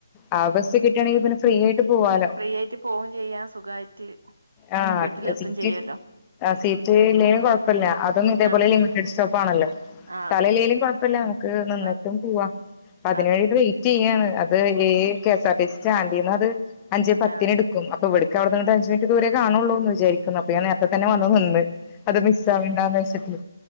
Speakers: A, on the left; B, on the right.
A: ആ ബാസ്സ് കിട്ടുകയാണെങ്കി പിന്നെ ഫ്രീ ആയിട്ട് പോവാലോ
B: ഫ്രീ ആയിട്ട് പോവും ചെയ്യാം സുഖായിട്ട്
A: ആ
B: വീട്ടിലെത്തും
A: സിറ്റ്
B: ചെയ്യല്ലോ
A: ആ സീറ്റ് ഇല്ലേലും കൊഴപ്പില്ല അതൊന്നും ഇതേപോലെ
B: ആ
A: ലിമിറ്റിഡ് സ്റ്റോ- ആണല്ലോ
B: ആ
A: സ്ഥലംഇല്ലേലും
B: അതെ അതെ
A: കൊഴപ്പില്ല നിന്നിട്ടും
B: ആ
A: പോവാ അതിനെവേണ്ടിട്ട്
B: അതെ
A: വെറ്റ് ചെയ്യണ് അത്
B: ഉം
A: കെ- എസ്ആർടിസി സ്റ്റാന്റിന്ന് അത് അഞ്ച് പത്തിന്ടുക്കും
B: ആ
A: അപ്പൊ ഇവിടുക്ക അവിടെ നിന്ന് അഞ്ച് മിനിറ്റ് ദൂരെ കാണുള്ളൂ എന്ന് വിചാരിക്കുന്നു അപ്പ ഞാൻ നേരത്തെ തന്നെ വന്ന് നിന്ന് അത് മിസ് ആവണ്ടന്ന് വെച്ചിട്ട്